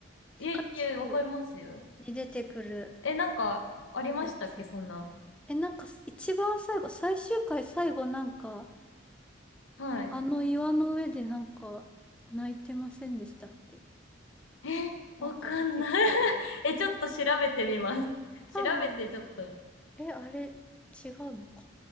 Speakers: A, in the centre; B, on the left (about 85°).
A: セカチュウ
B: いやいや、わかりますよ。
A: に出てくる
B: え、なんかありましたっけ、
A: やつ。
B: そんな。
A: え、なんか一番最後、最終回最後なんか、
B: はい。
A: あの岩の上でなんか泣いてませんでしたっけ
B: え、
A: なんか出てきた気が。
B: わかんない <laughs> え、ちょっと調べてみます。
A: 多分
B: 調べてちょっと
A: え、あれ、違うのか